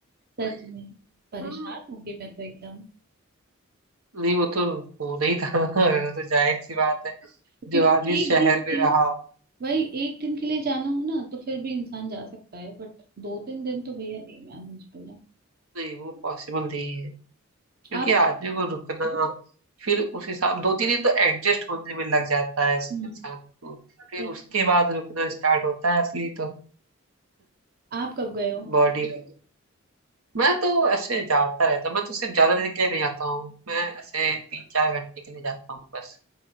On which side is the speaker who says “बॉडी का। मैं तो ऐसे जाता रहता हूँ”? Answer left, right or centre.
Right